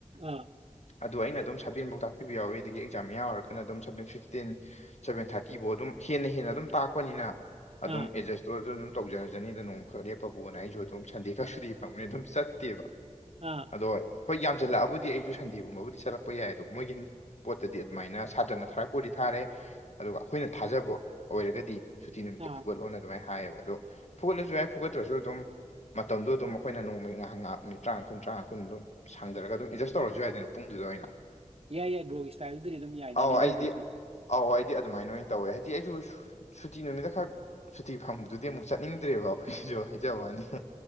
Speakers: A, on the right (about 50°); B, on the left (about 60°).
A: ꯑꯥ
B: ꯑꯗꯨ ꯑꯩꯅ ꯑꯗꯨꯝ ꯁꯕꯦꯟꯐꯧ ꯇꯥꯛꯄꯤꯕ ꯌꯥꯎꯋ ꯑꯗꯒꯤ ꯑꯦꯛꯥꯝ ꯌꯥꯎꯔꯒꯅ ꯑꯗꯨꯝ ꯁ ꯇꯦꯟ ꯁꯚꯦꯟ ꯊꯥꯔꯇꯤꯕꯨꯥꯎ ꯑꯗꯨꯝ ꯍꯦꯟꯅ ꯍꯦꯟꯅ ꯑꯗꯨꯝ ꯇꯥꯛꯄꯅꯤꯅ
A: ꯑꯥ
B: ꯑꯗꯨꯝ ꯑꯦꯖꯁ ꯑꯗꯣ ꯑꯗꯨꯝ ꯇꯧꯖꯔꯖꯅꯤꯗ ꯅꯣꯡꯃꯈꯛ ꯂꯦꯞꯄꯕꯣꯅ ꯑꯩꯁꯨ ꯑꯗꯨꯝ ꯁꯟꯗꯦ ꯈꯔ ꯁꯨꯗꯤ ꯐꯪꯒꯅꯤ ꯑꯗꯨꯝ ꯆꯠꯇꯦꯕ
A: ꯑ
B: ꯑꯗꯣ ꯍꯣꯏ ꯌꯥꯝꯁꯤꯜꯂꯛꯑꯕꯨꯗꯤ ꯑꯩꯁꯨ ꯁꯟꯗꯦꯒꯨꯝꯕꯕꯨꯗꯤ ꯆꯠꯂꯛꯄ ꯌꯥꯏ ꯑꯗꯣ ꯃꯣꯏꯒꯤ ꯄꯣꯠꯇꯗꯤ ꯑꯗꯨꯃꯥꯏꯅ ꯁꯥꯇꯅ ꯊꯥꯔꯄꯣꯔꯤ ꯊꯥꯔꯦ ꯑꯗꯨꯒ ꯑꯩꯈꯣꯏꯅ ꯊꯥꯖꯕ ꯑꯣꯏꯔꯒꯗꯤ ꯁꯨꯇꯤ ꯅꯨꯃꯤꯠꯇ
A: ꯑꯥ
B: ꯐꯨꯒꯠ ꯑꯣꯅ ꯑꯗꯨꯃꯥꯏ ꯍꯥꯏꯌꯦꯕ ꯑꯗꯨ ꯐꯨꯒꯠꯂꯁꯨ ꯌꯥꯏ ꯐꯨꯒꯠꯇ꯭ꯔꯁꯨ ꯑꯗꯨꯝ ꯃꯇꯝꯗꯨ ꯑꯗꯨꯝ ꯑꯩꯈꫭꯏꯅ ꯅꯣꯡꯃ ꯉꯥꯍꯥꯛ ꯉꯥꯍꯥꯛꯅꯤ ꯃꯤꯅꯤꯠ ꯇꯔꯥꯉꯥ ꯀꯨꯟ ꯇꯔꯥꯉꯥ ꯀꯨꯟꯗꯨ ꯁꯥꯡꯗꯔꯒ ꯑꯗꯨꯝ ꯑꯦꯖꯁ ꯇꯧꯔꯖꯨ ꯌꯥꯏꯗꯅ ꯄꯨꯡꯗꯨꯗ ꯑꯣꯏꯅ
A: ꯌꯥꯏ ꯌꯥꯏ ꯕ꯭ꯔꯣꯒꯤ ꯏꯁꯇꯥꯏꯜꯗꯨꯗꯤ ꯑꯗꯨꯝ ꯌꯥꯏꯗꯥꯏꯅꯦ
B: ꯑꯧ ꯑꯩꯗꯤ
A: ꯂꯧꯗ꯭ꯔꯖꯨ
B: ꯑꯧ ꯑꯩꯗꯤ ꯑꯗꯨꯃꯥꯏꯅ ꯑꯣꯏꯅ ꯇꯧꯋꯦ ꯍꯥꯏꯗꯤ ꯑꯩꯁꯨ ꯁꯨ ꯁꯨꯇꯤ ꯅꯨꯃꯤꯠꯇ ꯈꯛ ꯁꯨꯇꯤ ꯐꯪꯕꯗꯨꯗꯤ ꯑꯃꯨꯛ ꯆꯠꯅꯤꯡꯗ꯭ꯔꯦꯕ ꯑꯩꯈꯣꯏꯖꯨ ꯍꯥꯏꯖꯕꯩ ꯋꯥꯅꯤ